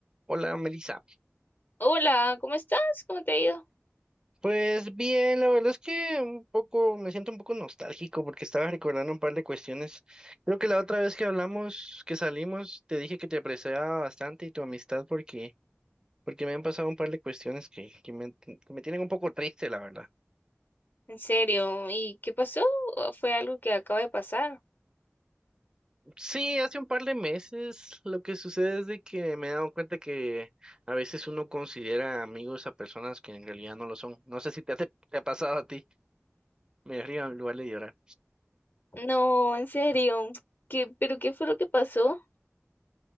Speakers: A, on the right; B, on the left.
A: Hola, Melissa.
B: Hola, ¿cómo estás? ¿Cómo te ha ido?
A: Pues bien, la verdad es que un poco me siento un poco nostálgico porque estaba recordando un par de cuestiones. Creo que la otra vez que hablamos, que salimos, te dije que te apreciaba bastante y tu amistad porque porque me han pasado un par de cuestiones que, que me, que me tienen un poco triste, la verdad.
B: ¿En serio? ¿Y qué pasó? ¿O ¿Fue algo que acaba de pasar?
A: Sí, hace un par de meses lo que sucede es de que me he dado cuenta que a veces uno considera amigos a personas que en realidad no lo son. No sé si te, ha- te ha pasado a ti. Me río en lugar de llorar.
B: No, en serio. ¿Qué, pero qué fue lo que pasó?